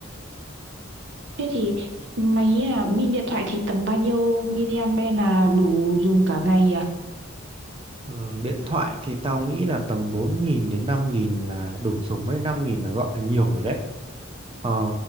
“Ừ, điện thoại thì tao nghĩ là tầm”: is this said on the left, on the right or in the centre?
Right